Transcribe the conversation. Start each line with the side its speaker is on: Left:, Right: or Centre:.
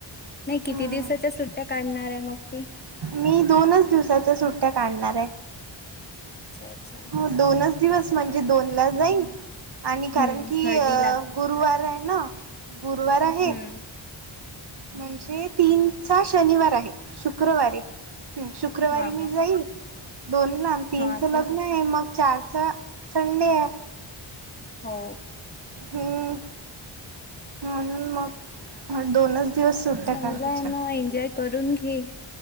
Left: नाही किती
Right: हम्म
Left: दिवसाच्या सुट्ट्या काढणार आहे मग तू
Right: मी दोनच दिवसाच्या सुट्ट्या काढणार आहे
Left: अच्छा अच्छा.
Right: हो दोनच दिवस म्हणजे दोन ला जाईन आणि कारण
Left: हम्म,
Right: की
Left: हळदीला
Right: अ गुरुवार आहे ना गुरुवार आहे
Left: हम्म
Right: म्हणजे तीनचा शनिवार आहे शुक्रवारे शुक्रवारी
Left: हा
Right: मी
Left: हा
Right: जाईल दोनना तीनचं
Left: हा चालतंय.
Right: लग्न आहे मग चार स संडेडे आहे
Left: हो.
Right: हम्म म्हणून मग दोनच दिवस सुट्ट्या
Left: चांगलं
Right: काढायच्या.
Left: आहे ना एन्जॉय करून घे.